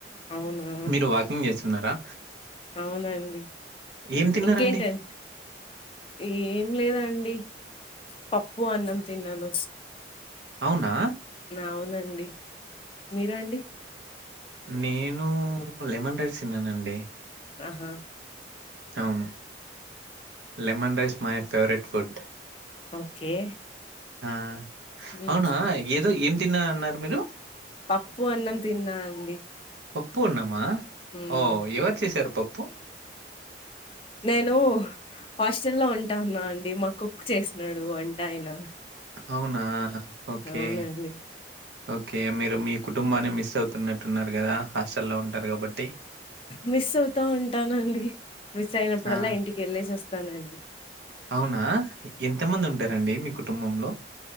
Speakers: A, on the left (about 30°); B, on the right (about 75°).
A: అవునా
B: మీరు వాకింగ్ చేస్తున్నరా
A: అవునండి
B: ఏం తిన్నారండి
A: ఇంకేంటం ఏం లేదండి పప్పు, అన్నం తిన్నాను.
B: అవునా
A: అవునండి మీరు అండి
B: నేనూ లెమన్ రైస్ తిన్ననండి.
A: అహ
B: అవును lemon rice my favourite food.
A: Okay
B: ఆ
A: ఉమ్,
B: అవునా ఏదో ఏం తిన్నా అన్నారు మీరు?
A: పప్పు, అన్నం తిన్నా అండి.
B: పప్పు అన్నమా
A: ఉమ్,
B: ఓ ఎవర్ చేసారు పప్పు
A: నేను హాస్టల్లో ఉంటాన్నా అండి మా కుక్ చేసినాడు వంట ఆయన
B: అవునా ఓకే
A: అవునండి
B: ఓకే మీరు మీ కుటుంబాన్ని మిస్ అవుతున్నట్టున్నారు గదా హాస్టల్లో ఉంటారు కాబట్టి
A: మిస్ అవుతా ఉంటానండి మిస్ అయినప్పుడల్లా
B: ఆ
A: ఇంటికెళ్ళేస్ వస్ స్తానండి.
B: అవునా ఎంతమంది ఉంటరండి మీ కుటుంబంలో